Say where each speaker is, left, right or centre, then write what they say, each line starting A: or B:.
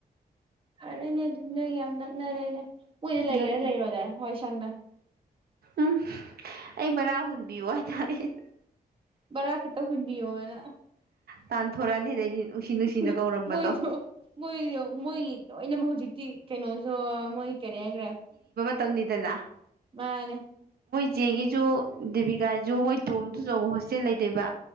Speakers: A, on the right; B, on the right.
A: ꯐꯔꯦꯅꯦ ꯑꯗꯨ ꯅꯣꯏ ꯌꯥꯝ ꯅꯛꯅꯔꯦꯅꯦ ꯃꯣꯏꯗ ꯂꯩꯒꯦꯔꯥ
B: ꯅꯛ
A: ꯂꯩꯔꯣꯗꯅ ꯋꯥꯏ ꯁꯪ ꯁꯪꯅ
B: ꯎꯝ ꯑꯩ ꯕꯔꯥ ꯍꯨꯟꯕꯤꯌꯨ ꯍꯥꯏꯇꯔꯦꯅꯦ
A: ꯕꯔꯥ ꯈꯤꯇ ꯍꯨꯟꯕꯤꯌꯨꯅ
B: ꯇꯥꯟ ꯊꯣꯔꯥꯅꯤ ꯑꯗꯩꯗꯤ ꯅꯨꯡꯁꯤ ꯅꯨꯡꯁꯤꯅ
A: ꯎ
B: ꯀꯧꯔꯝꯕꯗꯣ
A: ꯃꯣꯏꯁꯨ ꯃꯣꯏꯁꯨ ꯃꯣꯏ ꯂꯣꯏꯅꯃꯛ ꯍꯧꯖꯤꯛꯇꯤ ꯀꯩꯅꯣ ꯃꯣꯏ ꯀꯦꯔ ꯍꯥꯏꯒ꯭ꯔꯦ
B: ꯇꯧꯅꯤꯗꯅ
A: ꯃꯥꯅꯦꯅꯦ
B: ꯏꯆꯦꯒꯤꯁꯨ ꯗꯦꯕꯤꯀꯥꯁꯨ ꯃꯣꯏ ꯇꯣꯝꯕꯗꯨꯁꯨ ꯑꯃꯨꯛ ꯍꯣꯁꯇꯦꯜ ꯂꯩꯇꯦꯕ